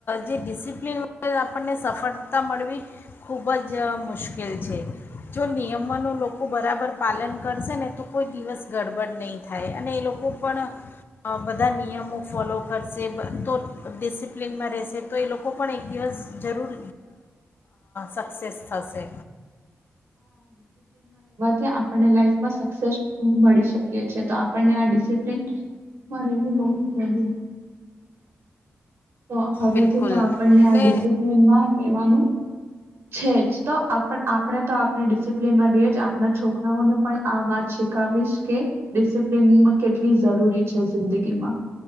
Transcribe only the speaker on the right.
તે્યા આપ. લાઈફમાં સક્સેસ મળી. તો આપને ડિસિપ્લન માં રહેું બહુ તો હવેથી
તો આપણને
આ ડિસિપ્લીનમાં રહેવાનું છે જ તો આપણે તો આપણે ડિસિપ્લીનમાં રહીએ જ આપણા છોકરાઓને પણ આ વાત શીખાવીશ ડિસિપ્લનમાં કેટ કેટલી જરૂરી છે જિંદગીમાં